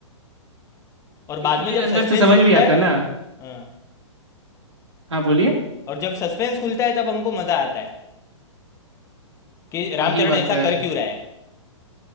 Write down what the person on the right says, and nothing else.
क्योंकि
फिर
अंदर
से समझ
भी
आता
है ना
हाँ बोलिए
वही बात
है